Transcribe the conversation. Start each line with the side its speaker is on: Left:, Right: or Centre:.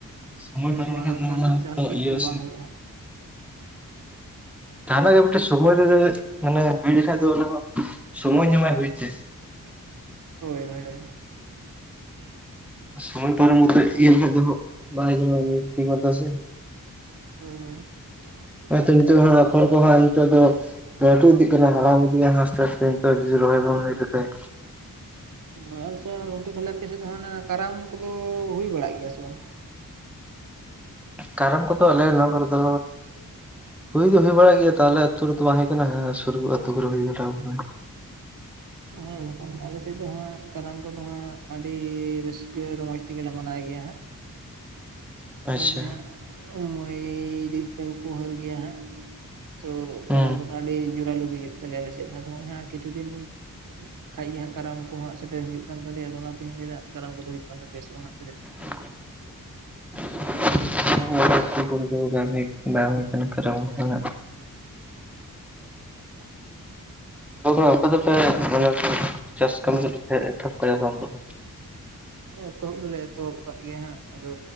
Centre: ᱥᱚᱢᱚᱭ ᱯᱟᱨᱚᱢ
Right: ᱵᱟᱝ
Centre: ᱞᱮᱠᱷᱟᱱ
Right: ᱨᱚᱦᱚᱭ
Centre: ᱫᱚ ᱚᱱᱟᱮ
Right: ᱦᱟᱸᱜ ᱡᱟᱦᱟᱱᱟᱜ
Centre: ᱛᱚ
Right: ᱜᱮ
Centre: ᱤᱭᱟᱹ
Right: ᱵᱟᱝ
Centre: ᱥᱮ
Right: ᱦᱩᱭᱩᱜᱼᱟ
Centre: ᱡᱟᱦᱱᱟᱜ ᱜᱮ ᱢᱤᱫᱴᱮᱱ ᱥᱚᱢᱚᱭ ᱨᱮ ᱨᱮ ᱢᱟᱱᱮ ᱦᱩᱭ ᱞᱮᱠᱷᱟᱱᱡ ᱫᱚ ᱚᱱᱟ ᱦᱚᱸ ᱥᱚᱢᱚᱭ ᱧᱟᱢᱟᱭ ᱦᱩᱭ ᱛᱮ
Right: ᱦᱳᱭ ᱦᱳᱭ ᱦᱳᱭ,
Centre: ᱥᱚᱢᱚᱭ ᱯᱟᱨᱚᱢ ᱜᱚᱛᱮᱡ ᱤᱭᱟᱹ ᱞᱤᱠᱷᱟᱡ ᱫᱚ ᱵᱟᱭ <unintelligible> ᱥᱮ,
Right: ᱦᱳᱭ ᱦᱳᱭ ᱦᱳᱭ,
Centre: ᱦᱭᱛᱚ ᱱᱤᱛᱚᱜ ᱠᱷᱚᱨ ᱠᱚ ᱦᱟᱸᱜ ᱱᱤᱛᱚᱜ ᱫᱚ ᱞᱟᱹᱴᱩ ᱤᱫᱤ ᱠᱟᱱᱟ ᱦᱟᱲᱟᱢ ᱤᱫᱤ ᱟᱦᱸ ᱟᱥᱛᱮ ᱟᱥᱛᱮ
Right: ᱢᱟ ᱟᱪᱷᱟ ᱜᱚᱝᱠᱮ ᱛᱟᱦᱞᱮ ᱟᱯᱮ ᱥᱮᱫ ᱫᱚ ᱦᱟᱸᱱᱟ ᱠᱟᱨᱟᱢ ᱠᱚᱫᱚ ᱦᱩᱭ ᱵᱟᱲᱟᱜ ᱜᱮᱭᱟ ᱥᱮ ᱵᱟᱝ?
Centre: ᱠᱟᱨᱟᱢ ᱠᱚᱫᱚ ᱟᱞᱮᱱᱟᱞ ᱠᱚᱨᱮ ᱫᱚ ᱦᱩᱭ ᱫᱚ ᱦᱩᱭ ᱵᱟᱲᱟᱜ ᱜᱮᱭᱟ ᱛᱟᱦᱚᱞᱮ ᱟᱹᱛᱩ ᱨᱮᱫᱚ ᱵᱟᱝ ᱦᱩᱭ ᱠᱟᱱᱟ ᱦᱮᱸ ᱥᱩᱨ ᱟᱹᱛᱩ ᱠᱚᱨᱮ ᱦᱩᱭ ᱵᱟᱲᱟᱣ ᱠᱟᱱᱟ ᱾ <inaudible>
Right: ᱦᱳᱭ ᱟᱞᱮ ᱥᱮᱫ ᱫᱚ ᱦᱟᱸᱜ ᱠᱟᱨᱟᱢ ᱠᱚ ᱫᱚ ᱦᱟᱸᱜ ᱟᱹᱰᱤ ᱨᱟᱹᱥᱠᱟᱹ ᱨᱚᱢᱚᱡᱽ ᱛᱮᱜᱮᱞᱮ ᱢᱟᱱᱟᱣ ᱜᱮᱭᱟ ᱦᱟᱸᱜ᱾ ᱚᱱᱮ
Centre: ᱟᱪᱪᱷᱟ
Right: ᱡᱮ ᱦᱟᱸᱜ ᱢᱟᱹᱭ ᱫᱤᱫᱤ ᱛᱟᱠᱚ ᱠᱚ ᱦᱟᱸᱨ ᱜᱮᱭᱟ ᱦᱟᱸᱜ ᱾ ᱛᱚ
Centre: ᱦᱩᱸ
Right: ᱠᱟᱨᱟᱢ ᱠᱚᱫᱚ ᱟᱹᱰᱤ ᱡᱳᱨᱟᱞᱩᱜ ᱜᱮ ᱦᱩᱭᱩᱜ ᱛᱟᱞᱮᱭᱟ ᱟᱞᱮ ᱥᱮᱫ ᱟᱫᱚ ᱦᱮ ᱠᱤᱪᱷᱩ ᱫᱤᱱ, ᱵᱟᱟᱡ ᱜᱮ ᱦᱜ ᱠᱟᱨᱟᱢ ᱠᱚ ᱦᱟᱸᱟᱜ ᱥᱮᱴᱮᱨ ᱦᱩᱭᱩᱜ ᱠᱟᱱ ᱛᱟᱞᱮᱭᱟ ᱟᱫᱚ ᱚᱱᱟᱛᱮᱧ ᱞᱟᱹᱭᱮᱫᱟ ᱠᱟᱨᱟᱢ ᱠᱚᱫᱚ ᱦᱩᱭᱩᱜ ᱠᱟᱱ ᱛᱟᱯᱮᱭᱟ ᱥᱮ ᱵᱟᱝ ᱦᱟᱸᱜ,
Centre: <inaudible> <unintelligible>
Right: ᱦᱩᱸ
Centre: ᱟᱯᱮ ᱫᱚᱯᱮ ᱢᱟᱱᱮ ᱪᱟᱥ ᱠᱟᱹᱢᱤ ᱫᱚ ᱮᱛᱚᱦᱚᱵ ᱠᱟᱫᱟ ᱥᱮ ᱵᱟᱝ ᱛᱚᱵᱮ?
Right: ᱦᱮᱸ ᱮᱛᱚᱦᱚᱵ ᱫᱚᱞᱮ ᱮᱛᱚᱦᱚᱵ ᱟᱠᱟᱫ ᱜᱮᱭᱟ ᱦᱟᱸᱜ ᱟᱫᱚ